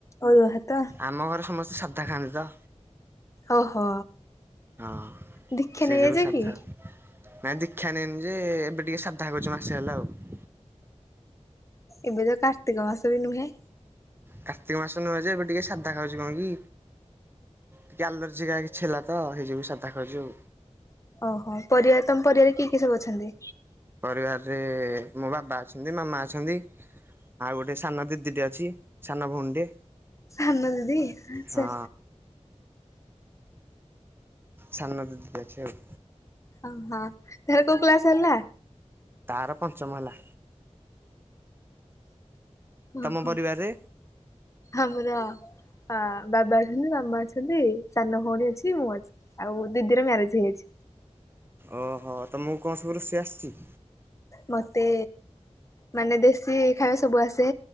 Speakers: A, on the left; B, on the right.
A: ଅରୁଆ ଭାତ?
B: ଆମ ଘର ସମସ୍ତେ ସାଧା। ଖାଆନ୍ତି ତ
A: ଓହୋ।
B: ହଁ
A: ଦୀକ୍ଷା
B: ସେଇ
A: ନେଇଯାଇଛ
B: ଯୋଗୁଁ ସାଧା
A: କି?
B: ନାଇଁ ଦୀକ୍ଷା ନାଇନି ଯେ ଏବେ ଟିକେ ସାଧା କରୁଛ ମାସେ ହେଲା ଆଉ।
A: ଏବେ ତ କାର୍ତ୍ତିକ ମାସ ବି ନୁହେଁ।
B: କାର୍ତ୍ତିକ ମାସ ନୁହେଁ ଯେ ଏବେ ଟିକେ ସାଧା ଖାଉଛି କଣ କି? ଟିକେ ଆଲର୍ଜି କା କିଛି ହେଲା ତ ହେଇଯିବ ସାଧା ଖାଉଛି ଆଉ।
A: ଓହୋ ପରିବା ତମ ପରିବାରେ କିଏ କିଏ ସବୁ ଅଛନ୍ତି?
B: ପରିବାରରେ ମୋ ବାବା ଅଛନ୍ତି ମାମା ଅଛନ୍ତି। ଆଉ ଗୋଟେ ସାନ ଦିଦିଟେ ଅଛି ସାନ ଭଉଣୀଟେ।
A: ଆମ ଦିଦି ଆଚ୍ଛା।
B: ହଁ ସାନ ଦିଦିି ଟେ ଅଛି ଆଉ।
A: ଓହୋ ତାର କୋଉ କ୍ଲାସ ହେଲା?
B: ତାର ପଞ୍ଚମ ହେଲା।
A: ଓ
B: ତମ
A: ହୋ।
B: ପରିବାରରେ
A: ଆମର ହଁ ବାବା ଅଛନ୍ତି ମାମା ଅଛନ୍ତି ସାନ ଭଉଣୀ ଅଛି ମୁଁ ଅଛି। ଆଉ ଦିଦିର ମ୍ୟାରେଜ ହେଇଯାଇଛି।
B: ଓହୋ ତମକୁ କଣ ସବୁ ରୋଷ ଆସିଛି?
A: ମତେ ମାନେ ଦେଶୀ ଖାଇବା ସବୁ ଆସେ।